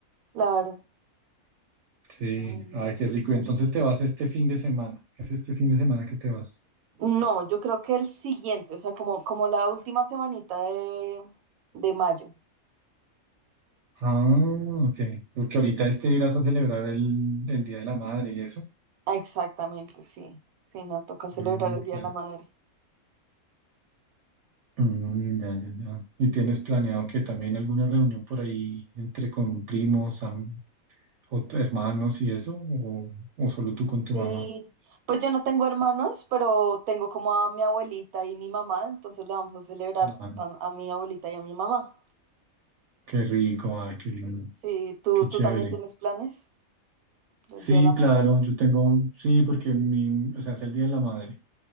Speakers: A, on the right (about 80°); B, on the right (about 65°).
A: Claro.
B: Sí,
A: Bueno,
B: ay, qué
A: súper.
B: rico. Y Entonces te vas este fin de semana. Es este fin de semana que te vas.
A: No, yo creo que el siguiente, o sea, como, como la última semanita de, de mayo.
B: Ah, ok. Porque ahorita este irás a celebrar el, el Día de la Madre y eso.
A: Ah, Exactamente, sí. Sí, no, toca celebrar
B: Mm,
A: el Día
B: claro
A: de la Madre.
B: Mm, ya, ya, ya. ¿Y tienes planeado que también alguna reunión por ahí entre con primos, am- o t- hermanos y eso? ¿O, o solo tú con tu
A: Sí,
B: mamá?
A: pues yo no tengo hermanos, pero tengo como a mi abuelita y mi mamá, entonces le vamos a celebrar
B: Ah,
A: a, a mi abuelita y a mi mamá.
B: qué rico, ay, qué lindo,
A: Sí, ¿tú,
B: qué chévere.
A: tú también tienes planes del
B: Sí,
A: Día de la Madre?
B: claro, yo tengo, sí, porque mi, o sea, es el Día de la Madre.